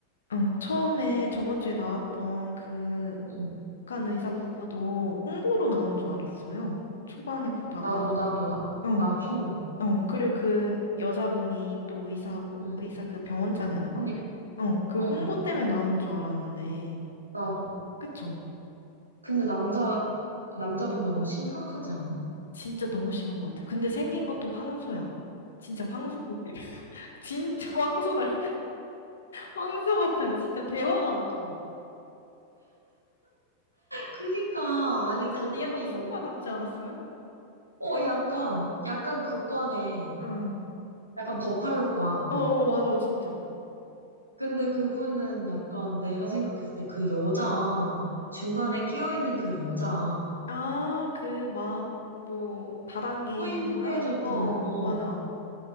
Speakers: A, on the left; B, on the right.
A: 어, 처음에 저번 주에 나왔던 그
B: 응. 응.
A: 북한 의사 부부도 홍보로 나온 줄 알았어요. 초반에 보다가,
B: 나도, 나도, 나도,
A: 어,
B: 나도 처음에.
A: 어, 그리고 그 여자분이 또 의사고,
B: 응.
A: 의사 그 병원장이었나?
B: 그니까,
A: 어, 그
B: 어,
A: 홍보
B: 어,
A: 때문에 나온 줄 알았는데,
B: 나도.
A: 그쵸?
B: 근데 남자, 남자분 너무 심각하지 않아?
A: 진짜 너무 심한 것 같아요. 근데 생긴 것도 황소야. 진짜 황소고기. <laughs> 진짜 황소 달, 황소 같아요. 진짜 대화가 안 통해.
B: 그니까 아니
A: 그치,
B: 그분이
A: 언니 약간 품바
B: 너무
A: 닮지 않았어요?
B: 어 약간 약간 그과네
A: 응.
B: 약간 버팔로과
A: 어어, 맞아, 진짜.
B: 근데 그분은 약간 내가 생각했을 때 그 여자
A: 음.
B: 중간에 끼어 있는 그 여자
A: 아, 그, 막, 뭐, 다단계인가?
B: 코인 소개해줬잖아
A: 어, 어,
B: 어그
A: 맞아.